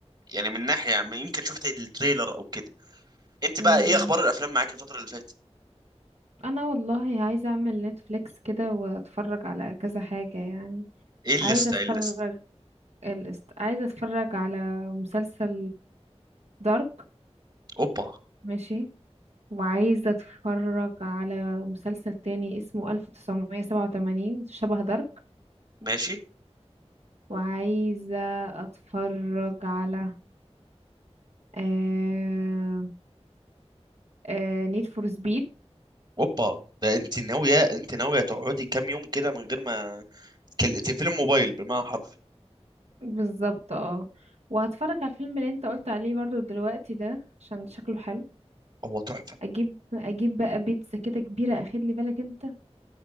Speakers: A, on the right; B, on the right.
A: يعني من ناحيه ما يمكن شفت التريلر او كده انت
B: مم.
A: بقى ايه اخبار الافلام معاك الفتره اللي فاتت
B: أنا والله عايزة أعمل نتفليكس كده وأتفرج على كذا حاجة يعني
A: ايه الليسته
B: عايزة أتفرج
A: ايه الليسته
B: الست... عايزة أتفرج على مسلسل دارك
A: اوبا
B: ماشي وعايزة اتفرج على مسلسل تاني اسمه 1987 شبه دارك
A: ماشي
B: وعايزة اتفرج على آه آه نيد فور سبيد
A: اوبا ده انت ناويه انت ناويه تقعدي كام يوم كده من غير ما تكل- تقفلي الموبايل بالمعنى حرفي
B: بالظبط اه وهتفرج على الفيلم اللي انت قلت عليه برضو دلوقتي ده عشان شكله حلو
A: هو تحفه
B: اجيب اجيب بقى بيتزا كده كبيرة اخد لي بالك انت